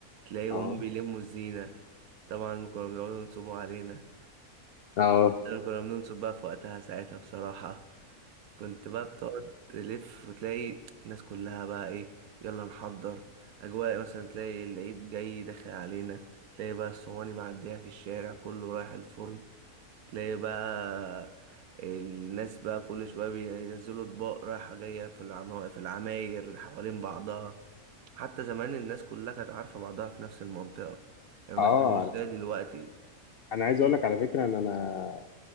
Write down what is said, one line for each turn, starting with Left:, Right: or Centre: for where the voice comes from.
Right: تلاقي هما
Left: اه
Right: بيلموا الزينه طبعا كانوا بيقعدوا ينصبوا علينا
Left: اه
Right: احنا كنا بننصب بقى في وقتها ساعتها بصراحه كنت بقى بتقعد تلف وتلاقي الناس كلها بقى ايه يلا نحضر اجواء مثلا تلاقي العيد جاي داخل علينا تلاقي بقى الصواني معديه في الشارع كله رايح الفرن تلاقي بقى الناس بقى كل شوية بينزلوا اطباق رايحة جاية في العما... في العماير حوالين بعضها حتى زمان الناس كلها كانت عارفة بعضها في نفس المنطقة يعني
Left: اه
Right: مثلا مش مم. زي دلوقتي
Left: انا عايز اقول لك على فكره ان انا